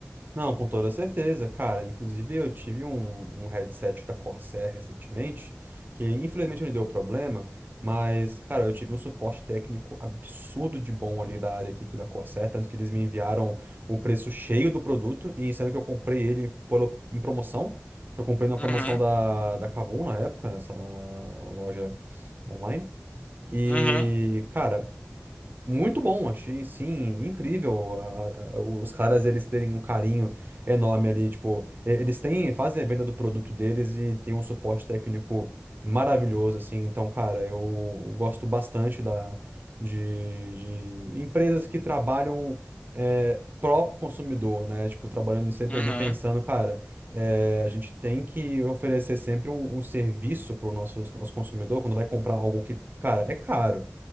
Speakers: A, on the right (about 40°); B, on the left (about 25°).
A: Não, com toda certeza, cara. Inclusive, eu tive um, um headset da Corsair recentemente, que infelizmente ele deu problema, mas, cara, eu tive um suporte técnico absurdo de bom ali da, da equipe da Corsair, tanto que eles me enviaram o preço cheio do produto, e sendo que eu comprei ele pela- em promoção, que eu comprei na promoção
B: Uhum,
A: da, da Kabum na época, nessa loja online. E,
B: uhum,
A: cara, muito bom, achei, sim, incrível a- a- os caras eles terem um carinho enorme ali, tipo, e- eles têm, fazem a venda do produto deles e tem um suporte técnico maravilhoso, assim, então, cara, eu gosto bastante da, de, de empresas que trabalham é, pró-consumidor, né, tipo, trabalhando sempre
B: uhum,
A: ali pensando, cara, é, a gente tem que oferecer sempre um, um serviço para o nosso, nosso consumidor quando vai comprar algo que, cara, é caro.